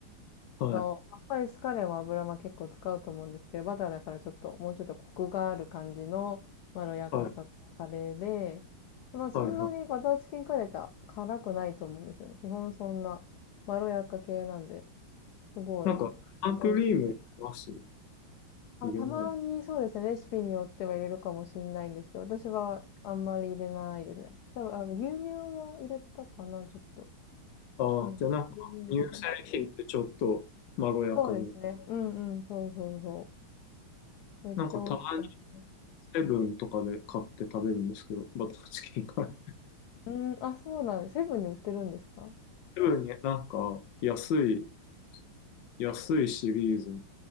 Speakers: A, on the left; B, on the left.
A: はい、
B: のまあスパイスカレーは油は結構使うと思うんですけど、バターだからちょっと、もうちょっとコクがある感じのまろやかさのカレーで、
A: はい、
B: まあそんなにバターチキンカレーって辛くないと思うんですよね。
A: はい、はい。
B: 基本そんなまろやか系なんで、すごい
A: なんか、生クリーム入れます入
B: 美味しい。あ、
A: れないの
B: たまにそうですね、レシピによっては入れるかもしれないんですけど、私はあんまり入れないですね。多分、あの牛乳を入れたかな、ちょっと。
A: ああー、
B: うん。
A: じゃあなんか、
B: 牛乳入れたかも。
A: 乳製品ってちょっとまろやかに。
B: そうですね。うんうん、そうそうそう。めっちゃ美味しかった。
A: なんか、たまにセブンとかで買って食べるんですけど、バターチキンが。
B: うん、あ、そうなんだ。セブンに売ってるんですか
A: セブンになんか、安い安いシリーズ